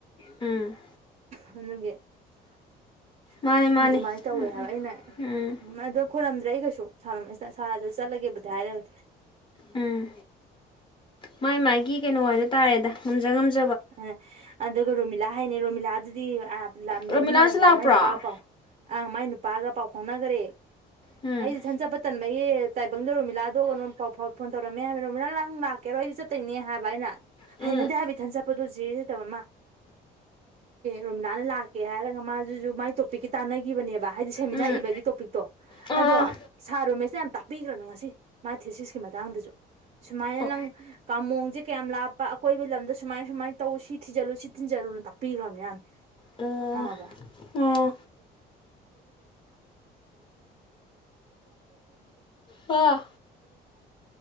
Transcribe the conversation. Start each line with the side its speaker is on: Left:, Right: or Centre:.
Left: ꯎꯝ
Right: <unintelligible>
Left: ꯃꯥꯅꯦ ꯃꯥꯅꯦ
Right: ꯑꯗꯨꯃꯥꯏꯅ ꯇꯧꯋꯦ
Left: ꯎꯝ
Right: ꯍꯥꯏꯕ
Left: ꯎꯝ
Right: ꯑꯩꯅ
Left: ꯎꯝ
Right: ꯎ ꯑꯗꯣ ꯈꯣꯏꯔꯝꯗ꯭ꯔꯦ ꯑꯩ ꯀꯩꯁꯨ ꯁꯥꯔ ꯔꯣꯃꯦꯁꯇ ꯁꯥꯔꯖꯦ ꯆꯠꯂꯒꯦꯕꯨꯗꯤ ꯍꯥꯏꯔꯃꯦ
Left: ꯎꯝ ꯃꯥꯏ ꯃꯥꯥꯏꯒꯤ ꯀꯩꯅꯣ ꯍꯥꯏꯗꯣ ꯇꯥꯔꯦꯗ ꯉꯝꯖ ꯉꯝꯖ
Right: ꯑ ꯑꯗꯨꯒ ꯔꯣꯃꯤꯂꯥ ꯍꯥꯏꯅꯦ ꯔꯣꯃꯤꯂꯥꯗꯨꯗꯤ ꯑꯥ ꯂꯥꯝ
Left: ꯔꯣꯃꯤꯂꯥꯁꯨ
Right: ꯃꯦꯝ ꯉꯥꯏꯔꯤꯉꯥꯏꯗ
Left: ꯂꯥꯛꯄ꯭ꯔꯣ
Right: ꯃꯥꯏ ꯅꯨꯄꯥꯒ ꯄꯥꯎ ꯑꯥ ꯃꯥꯏ ꯅꯨꯄꯥ ꯥꯒ ꯄꯥꯎꯐꯥꯎꯅꯒꯔꯦ
Left: ꯎꯝ
Right: ꯑꯩꯗꯤ ꯏꯊꯟ ꯆꯠꯄ ꯇꯟꯕꯒꯤ ꯇꯥꯏꯕꯪꯗ ꯔꯣꯃꯤꯂꯥꯗ ꯀꯩꯅꯝ ꯄꯥꯎ ꯐꯥꯎ ꯐꯣꯟ ꯇꯧꯔꯝꯃꯦ ꯍꯥꯏꯕ ꯔꯣꯝꯃꯤꯂꯥ ꯅꯪ ꯂꯥꯛ ꯀꯦꯍꯣꯏꯗ ꯆꯠꯇꯣꯏꯅꯦ ꯍꯥꯏꯕ ꯑꯩꯅ
Left: ꯎꯝ
Right: ꯍꯩꯅꯗꯦ ꯍꯥꯏꯕ ꯏꯊꯟ ꯆꯠꯄ ꯄꯦꯔꯦꯇꯕꯃ ꯔꯣꯝꯃꯤꯂꯅ ꯂꯥꯛꯀꯦ ꯍꯥꯏꯔꯒ ꯃꯥꯗꯨꯁꯨ ꯃꯥꯏ ꯇꯥꯟꯅꯈꯤꯕꯅꯦꯕ ꯍꯥꯏꯗꯤ ꯁꯦꯃꯤꯅꯥꯔ
Left: ꯎꯝ
Right: ꯏꯕꯒꯤ ꯇꯣꯄꯤꯛꯇꯣ
Left: ꯑꯥ
Right: ꯑꯗꯣ ꯁꯥꯔꯣꯃꯦꯁꯅ ꯌꯥꯝ ꯇꯥꯛꯄꯤꯈ꯭ꯔꯕꯅꯦ ꯉꯁꯤ ꯊꯦꯁꯤꯁꯀꯤ ꯃꯇꯥꯡꯗꯁꯨ ꯁꯨꯃꯥꯏꯅ
Left: ꯑꯣ
Right: ꯅꯪ ꯀꯥꯃꯣꯡꯁꯦ ꯀꯌꯥꯝ ꯂꯥꯞꯄ ꯑꯀꯣꯏꯕ ꯂꯝꯗ ꯁꯨ ꯁꯨꯃꯥꯏ ꯁꯨꯃꯥꯏ ꯇꯧ ꯁꯤꯊꯤꯟꯖꯜꯂꯨ ꯁꯤ ꯇꯤꯟꯖꯜꯂꯨꯅ ꯇꯥꯛꯄꯤꯒ꯭ꯔꯕꯅꯦ
Left: ꯑꯣ
Right: ꯌꯥꯝꯅ
Left: ꯑꯣ ꯑꯥ